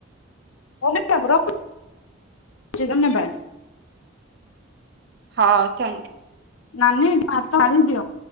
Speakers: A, on the left; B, on the right.
A: ହଁ ମ୍ୟାଡ଼ାମ୍ ରଖୁଛି <unintelligible> ଧନ୍ୟବାଦ।
B: ହଁ ଥ୍ୟାଙ୍କ ୟୁ।
A: ନାନି ଭାତ ଗାଲିଦିଅ।